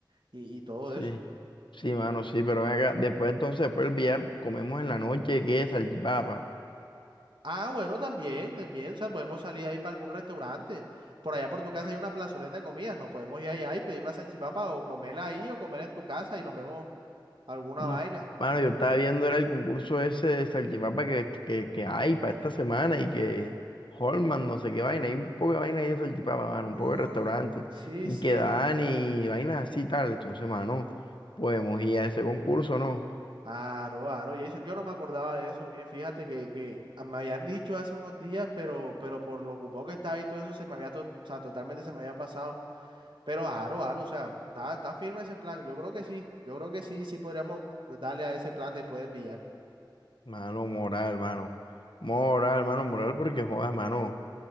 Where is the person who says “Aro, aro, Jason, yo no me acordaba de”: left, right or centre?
Right